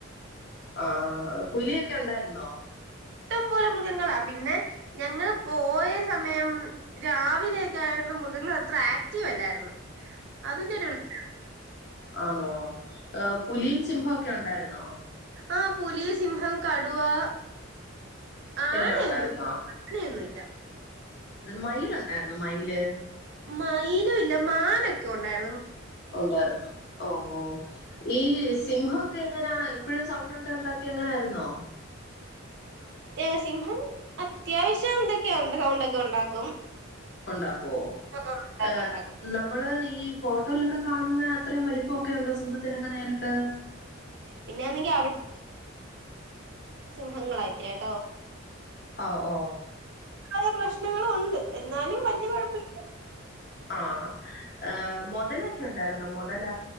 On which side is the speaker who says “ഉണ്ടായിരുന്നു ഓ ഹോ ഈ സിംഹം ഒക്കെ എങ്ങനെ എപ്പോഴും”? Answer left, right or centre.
Left